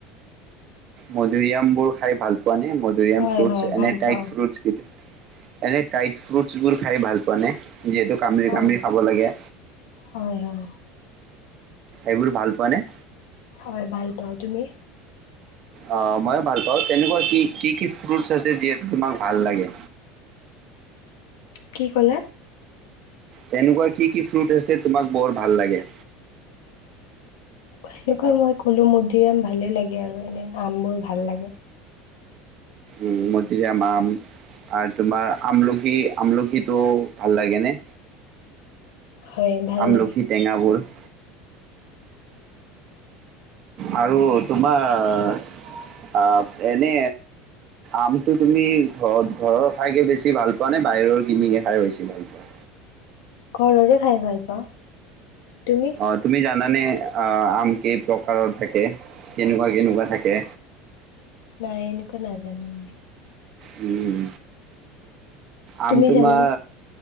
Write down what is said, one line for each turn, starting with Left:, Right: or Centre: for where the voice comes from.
Right: মধুৰি আমবোৰ খাই ভাল মধুৰী
Left: হয়,
Right: আম ফ্ৰুটচ
Left: হয়,
Right: এনে
Left: ভাল
Right: টাইট
Left: পাওঁ।
Right: ফ্ৰুট ক এনে টাই ফ্ৰুটছ বোৰ খাই ভাল পোৱা নে যিহেতু কামিৰি
Left: হয়,
Right: কামিৰি খাব লাগে
Left: হয়, হয়,
Right: এইবোৰ ভাল পোৱা নে
Left: হয়, ভাল পাওঁ। তুমি?
Right: অ, ময়ো ভাল পাওঁ। তেনেকুৱা কি, কি, কি, ফ্ৰুটছ আছে যিহেতু তোমাক ভাল লাগে।
Left: কি কলা?
Right: তেনেকুৱা কি, কি ফুট আছে তোমাক বৰ ভাল লাগে।
Left: সেনেকুৱা মই ক'লো মুধি আম ভালে লাগে। আৰু এনে আম বোৰ ভাল লাগে।
Right: উম, মধুৰী আম-আম আৰু তোমাৰ আমলখি, আমলখিটো ভাল লাগে নে?
Left: হয়, ভাল
Right: আমলখি
Left: লাগে।
Right: টেঙাবোৰ <inaudible> আৰু তোমাৰ এনে আমটো তুমি ঘৰত ঘৰৰ খাইকে বেছি ভাল পোৱা নে, বাহিৰৰ কিনিকে খাই বেছি ভাল পোৱা।
Left: ঘৰৰে খাই ভাল পাওঁ। তুমি?
Right: অ, তুমি জানানে? আম কেই প্ৰকাৰৰ থাকে, কেনেকুৱা, কেনেকুৱা থাকে।
Left: নাই, এনেকুৱা নাজানো। <unintelligible>
Right: উম। আমি
Left: তুমি
Right: তোমাৰ
Left: জানানে?